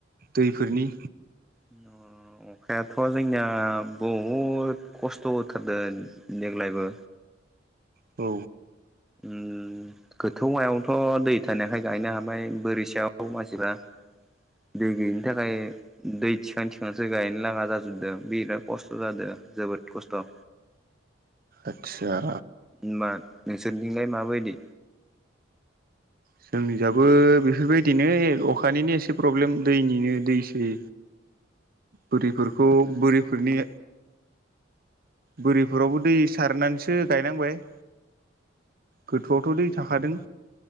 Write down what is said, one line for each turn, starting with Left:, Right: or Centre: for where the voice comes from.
Right: दैफोरनि
Centre: उम अखायाथ' जोंनिया बहुद खस्थ' होथारदों देग्लायबो
Right: औ
Centre: उम गोथौ मायावथ' दै थानायखाय गायनो हाबाय बोरिसायाव मानसिफ्रा दै गैयिनि थाखाय दै थिखां थिखांसो गायनो लागा जाजोबदों बिराद खस्थ' जादों जोबोद खस्थ'
Right: आच्छा।
Centre: होनबा नोंसोरजोंलाय माबायदि?
Right: जोंनियाबो बेफोरबायदिनो अखानिनो एसे प्रब्लेम दैनिनो दैसै बोरिफोरखौ बोरिफोरनि बोरिफोरावबो दै सारनानैसो गायनांबाय गोथौआवथ' दै थाखादों